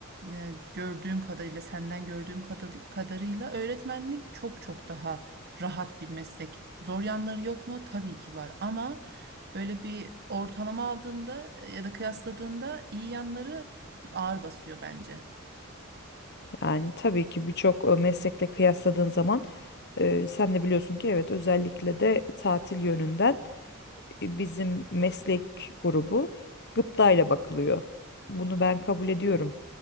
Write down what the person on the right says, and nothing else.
e, gördüğüm kadarıyla senden gördüğüm kada- kadarıyla öğretmenlik çok çok daha rahat bir meslek. Zor yanları yok mu? Tabii ki var ama böyle bir ortalama aldığında e, ya da kıyasladığında iyi yanları ağır basıyor bence.